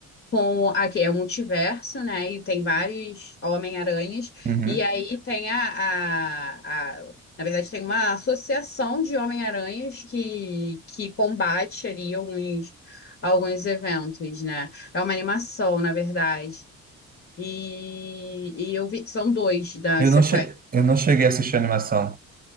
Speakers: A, on the left; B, on the right.
A: com aqui é o multiverso, né? E tem vários Homem-Aranhas,
B: Uhum.
A: e aí tem a, a, a- na verdade, tem uma associação de Homem-Aranhas que, que combate ali alguns, alguns eventos, né? É uma animação, na verdade. E, e eu vi, são dois da
B: Eu
A: sequência.
B: não che... eu não cheguei a assistir a animação.